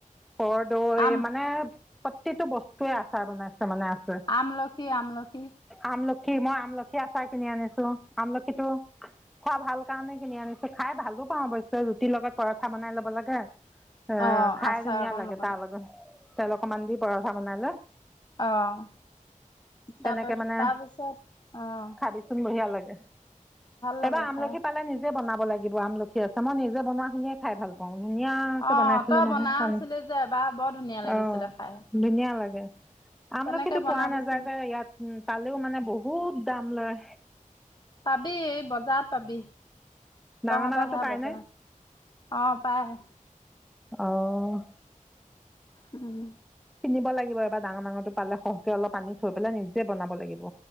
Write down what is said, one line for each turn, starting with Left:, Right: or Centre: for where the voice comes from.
Centre: কৰদৈ
Left: আম
Centre: মানে প্ৰতিটো বস্তুৰে আচাৰ বনাইছে মানে আছে।
Left: আমলখি আমলখি
Centre: আমলখি মই আমলখি আচাৰ কিনি আনিছোঁ। আমলখিটো খোৱা ভাল কাৰণে কিনি আনিছোঁ। খাই ভালোঁ পাওঁ অৱশ্যে ৰুটিৰ লগত পৰঠা বনাই ল'ব লাগে। এ',
Left: অ',
Centre: খাই
Left: আচাৰ
Centre: ধুনীয়া
Left: অকণ
Centre: লাগে
Left: ল'ব
Centre: তাৰ লগত তেল অকমান দি পৰঠা বনাই লৈ
Left: আহ',
Centre: তেনেকে
Left: তাৰপা
Centre: মানে
Left: তাৰপিছত আহ,
Centre: খাবিচোন বঢ়িয়া লাগে।
Left: লাগে
Centre: এইবাৰ আমলখি
Left: খাই।
Centre: পালে নিজ নিযে বনাব লাগিব। আমলখি আচাৰ মই নিজে বনোৱা খিনিয়ে খাই ভাল পাওঁ। ধুনীয়াকে
Left: অ',
Centre: বনাইছিলো
Left: তই
Centre: নহয়
Left: বনাই
Centre: কণ
Left: আছিলি যে এবাৰ বৰ ধুনীয়া
Centre: অ,
Left: লাগিছিলে খাই।
Centre: ধুনীয়া লাগে। আমলখিতো
Left: তেনেকে বনাবিচোন,
Centre: পোৱা নাযায় যে, ইয়াত উম', পালেও মানে বহুত দাম লয়।
Left: পাবি বজাৰত পাবি।
Centre: ডাঙৰ
Left: তহঁতৰ
Centre: ডাঙৰটো
Left: সেই
Centre: পায়নে
Left: বজাৰত অ, পায়।
Centre: অ',
Left: উম',
Centre: কিনিব লাগিব এবাৰ ডাঙৰ ডাঙৰটো পালে সহকে অলপ পানী থৈ পেলাই নিজে বনাব লাগিব।